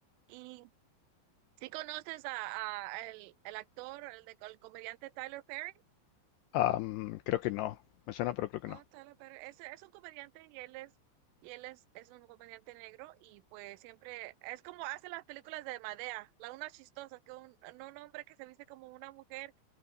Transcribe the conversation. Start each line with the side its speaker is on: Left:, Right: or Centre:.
Right: Y si conoces a, a el, el actor, el, de- el comediante Tyler Perry,
Left: Am, creo que no, me suena, pero creo que
Right: ¿no?
Left: no.
Right: Tyler Perry, es, es un comediante y él es, y él es, es un comediante negro y pues siempre, es como hace las películas de Madea, la una chistosa, que un, no, un hombre que se viste como una mujer